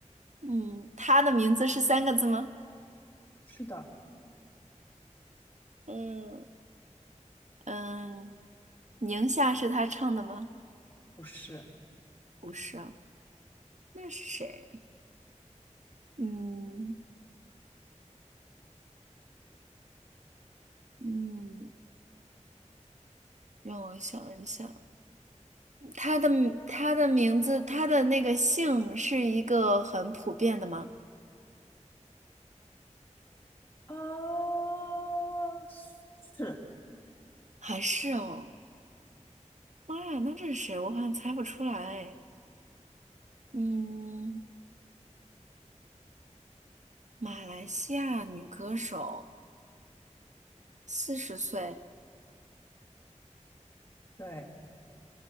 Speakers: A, on the right; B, on the left.
A: 嗯，她的名字是三个字吗？
B: 是的，
A: 嗯嗯，宁夏是她唱的吗？
B: 不是，
A: 不是啊，那是谁？嗯嗯，让我想一想，她的她的名字，她的那个姓是一个很普遍的吗？
B: 呃，是，
A: 还是哦。妈呀，那这是谁？我好像猜不出来。嗯，马来西亚女歌手，四十岁。
B: 对，